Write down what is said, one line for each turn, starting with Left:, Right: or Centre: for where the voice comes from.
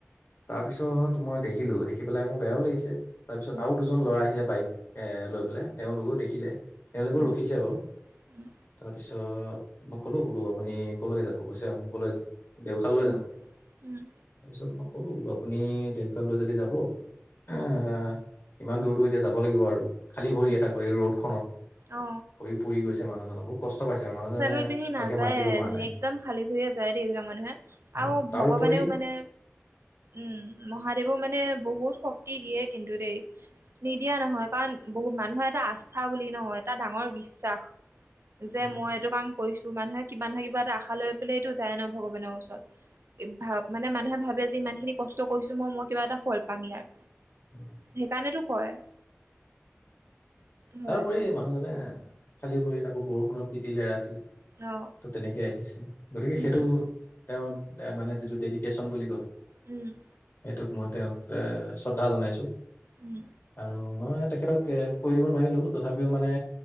Left: তাৰ পিছত মই দেখিলো দেখি পেলাই মোৰ বেয়াও লাগিছে তাৰপিছত
Right: উম
Left: আৰু দুজন দুজন ল'ৰা আহিলে বাইক এ লৈ পেলাই তেওঁলোকো দেখিলে তেওঁলোকেও
Right: উম
Left: ৰখিছে বাৰু
Right: উম
Left: তাৰপিছত মই ক'লো বোলো আপুনি কলৈকে যাব কৈছে মই আমুকলে যাম দেওশাললৈ
Right: উম
Left: যাম তাৰপিছত
Right: উম
Left: মই ক'লো বোলো আপুনি দেওশাললৈ যদি যাব এ হা হা ইমান দূৰ দূৰ এতিয়া যাব লাগিব আৰু খালি ভৰিৰে
Right: উম
Left: তাকো এই ৰ'দখনত
Right: অ
Left: ভৰি পুৰি গৈছে মানুহজনক আক কষ্ট পাইছে মানুহজনে
Right: চেন্দেল
Left: মানে
Right: পিন্ধি
Left: ভালকে
Right: নাযায়
Left: মাত দিব পৰা নাই
Right: একদম খালি ভৰিৰে যায় দেই এইবিলাক মানুহে
Left: অ',
Right: আৱ
Left: তাৰোপৰি
Right: ভগৱানেও মানে উম মহাদেৱো মানে বহুত শক্তি দিয়ে কিন্তু দেই নিদিয়া নহয় কাৰণ বহুত মানুহৰ এটা আস্থা বুলি ন এটা ডাঙৰ বিশ্বাস যে
Left: উম,
Right: মই এইটো কাম কৰিছো মানুহে কিবা নহয় কিবা এটা আশা লৈ পেলাইটো যায় ন ভগৱানৰ ওচৰত ভা মানে মানুহে ভাবে যে ইমান খিনি কষ্ট কৰিছো মই মই কিবা এটা ফল পাম ইয়াৰ
Left: উম
Right: সেইকাৰণেটো কয় হয়
Left: তাৰ ওপৰি মানুহজনে খালি ভৰিৰে আকৌ বৰষুণত তিতিলে ৰাতি ত
Right: অ
Left: তেনেকে আহিছে গতিকে
Right: উম
Left: সেইটো তেওঁ মানে যিটো ডেডিকেশ্যন বুলি কয়
Right: উম
Left: সেইটোক মই তেওঁক এ শ্ৰদ্ধা জনাইছো
Right: উম
Left: আৰু মই তেখেতক এ কৈ দিব নোৱাৰিলো তথাপিও মানে